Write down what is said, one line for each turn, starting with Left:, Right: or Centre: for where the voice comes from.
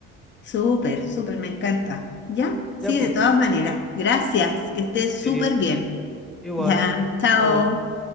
Left: Súper, súper, me encanta. ¿Ya? Sí,
Centre: Ya, pues,
Left: de todas maneras. Gracias, que estés
Centre: ok,
Left: súper bien.
Centre: igual,
Left: Ya, chao.
Centre: chao.